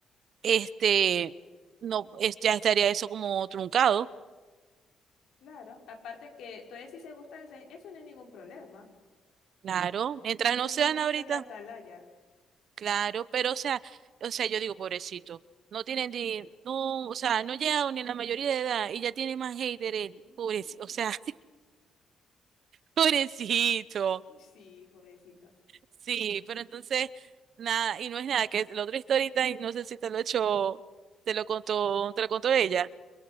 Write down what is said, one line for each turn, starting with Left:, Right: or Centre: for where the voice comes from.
Right: este, no, es- ya estaría eso como truncado.
Left: Claro, aparte que todavía si se gusta, eso no es ningún problema.
Right: Claro, mientras
Left: Ya eso
Right: no
Left: hemos
Right: sean
Left: visto
Right: ahorita,
Left: en la atalaya.
Right: claro, pero o sea, o sea, yo digo, pobrecito, no tienen ni, no, o sea, no llegaron ni a la mayoría de edad y ya tienen más haters,
Left: <laughs>
Right: pobrecito, o sea, <laughs> pobrecito.
Left: Sí, pobrecito.
Right: Sí, pero entonces, nada, y no es nada, que la otra historita, y no sé si te lo he hecho, te lo contó, te lo contó ella,